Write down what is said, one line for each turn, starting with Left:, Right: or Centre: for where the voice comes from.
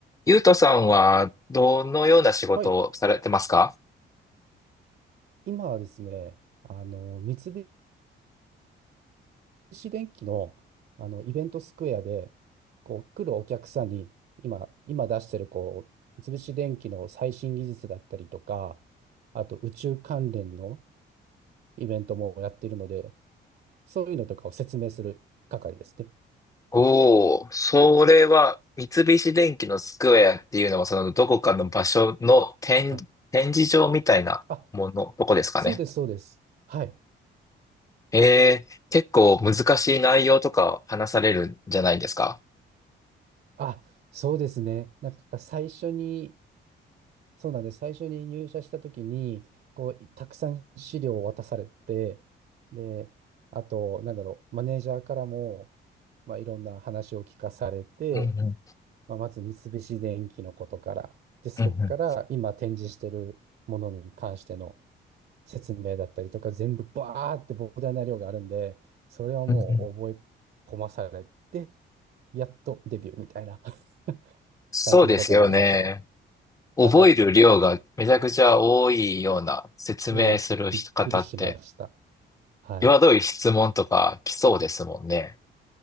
Left: ゆうとさんはどのような仕事をされてますか
Right: はい。今はですね、あの、三菱電機の、あの、イベントスクエアで、こう、来るお客さんに、今、今出してる、こう、三菱電機の最新技術だったりとか、あと宇宙関連のイベントもやっているので、そういうのとかを説明する係ですね。
Left: おおそれは三菱電機のスクエアっていうのはそのどこかの場所の展、
Right: はい。
Left: 展示場みたいなもの、
Right: あ、
Left: どこですかね。
Right: そうです、そうです。はい。
Left: えー、結構難しい内容とか話されるんじゃないですか。
Right: あ、そうですね。なんか最初にそうなんです。最初に入社した時に、こう、たくさん資料を渡されて、で、あと、なんだろう、マネージャーからも、まあ、いろんな話を聞かされて、
Left: うんうん
Right: まあ、まず三菱電機のことから、で、そこから今展示してるものに関しての
Left: うんうん
Right: 説明だったりとか、全部バーって膨大な量があるんで、それはもう覚え込まされて、
Left: うんうん
Right: やっとデビューみたいな <laughs>
Left: そうですよね。
Right: 感じのことはありましたね。
Left: 覚える量がめちゃくちゃ多いような説明する方って、
Right: はい。いや、びっくりしました。はい。
Left: 際どい質問とか来そうですもんね。